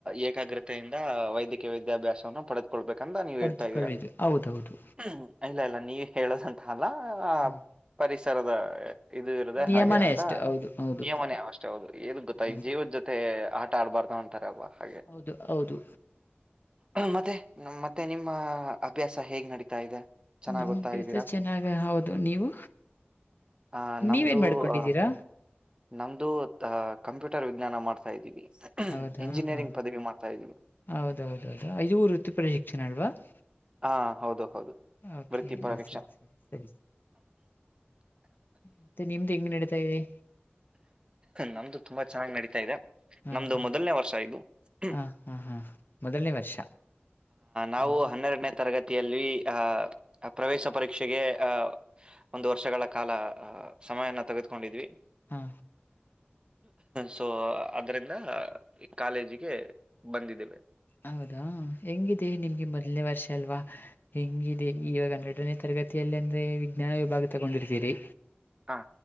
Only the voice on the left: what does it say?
ಪಡೆದುಕೊಳ್ಳಬೇಕು
ಹೌದೌದು
ಹ್ಮ್
ನಿಯಮನೇ
ಅಷ್ಟು ಹೌದು ಹೌದು
ಹ್ಮ್
ಹೌದು ಹೌದು
ನಮ್
‌ಅಭ್ಯಾಸ
ಚೆನ್ನಾಗ ಹೌದು- ನೀವು
ನೀವೇನ್ ಮಾಡ್ಕೊಂಡಿದ್ದೀರಾ?
ಹೌದಾ
ಹಾ
ಹೌದೌದೌದು ಐದುರು ವರುತಿಪ ಪ್ರಶಿಕ್ಷಣ ಅಲ್ವಾ <inaudible>
ಓಕೆ
ಸರಿ
ಸರಿ ಸರಿ ಸರಿ. ಮತ್ತೆ ನಿಮ್ದ್ ಹೆಂಗ್ ನಡಿತಾ ಇದೆ?
ಹೌದಾ
ಹಾ ಹಾ ಹಾ ಮೊದಲನೇ ವರ್ಷ
ಹಾ
ಹಾ
ಹೌದಾ ಹೆಂಗಿದೆ ನಿಮ್ಗೆ ಮೊದಲನೇ ವರ್ಷ ಅಲ್ವಾ ಹೆಂಗಿದೆ ಈವಾಗ ನರಡನೇ ತರಗತಿ ಅಂದ್ರೆ ವಿಜ್ಞಾನ ವಿಭಾಗ ತಗೊಂಡಿರ್ತೀರಿ